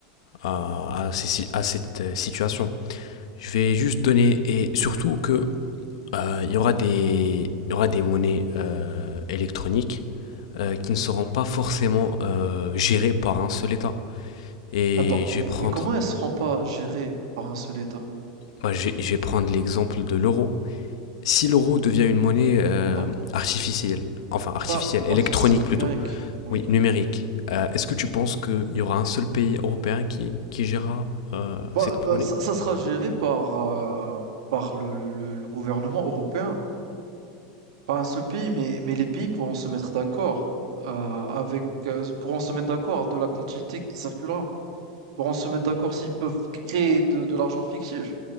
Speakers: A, on the left; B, on the right.
A: à, à ces- si, à cette euh, situation. Je vais juste donner, et surtout que euh, il y aura des, il y aura des monnaies euh, électroniques euh, qui ne seront pas forcément euh, gérées par un seul État. Et
B: Attends, mais,
A: je vais prendre,
B: mais comment elle ne seront pas gérées par un seul État?
A: bah, je, vais- je vais prendre l'exemple de l'euro. Si l'euro devient une monnaie euh,
B: Non,
A: artificielle, enfin artificielle,
B: pas, pas
A: électronique
B: artificiel, numérique.
A: plutôt,
B: Oui.
A: oui, numérique, euh, est-ce que tu penses qu'il y aura un seul pays européen qui, qui gérera euh,
B: Bah,
A: cette
B: bah,
A: monnaie
B: ça, ça sera géré par, euh, par le, le- le gouvernement européen. Pas un seul pays, mais, mais les pays pourront se mettre d'accord euh, avec euh, pourront se mettre d'accord de la quantité qui circulera. Pourront se mettre d'accord s'ils peuvent créer de, de l'argent fictif.